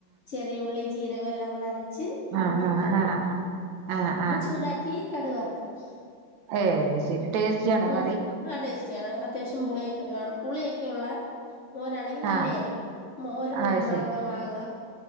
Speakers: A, on the left; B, on the right.
A: ചെറിയ ഉള്ളി ജീര് ഇവയെല്ലാം കൂടെ അരച്ച് ച്ച് ഇലോട്ടിട്ട്
B: ആഹ് ആഹ് ആഹ് ആഹ് ആഹ്
A: ഒന്നു
B: ആഹ്
A: ചൂടാക്കി കടുക് വർത്തിടും
B: ഏ ശരി ടേസ്റ്റിയാണോ
A: ഉം
B: കറി
A: ഉം ആടേസ് <unintelligible> അത്യാശം പുളിയൊക്കെ കാണും പുളിയൊക്കെയുള്ള മോരാണെങ്കി ഇന്നല്ലേരിക്കും
B: ആഹ്
A: മോരെന്ന്
B: അത്
A: പോലും
B: ശരി
A: മാങ്ങാ മാങ്ങ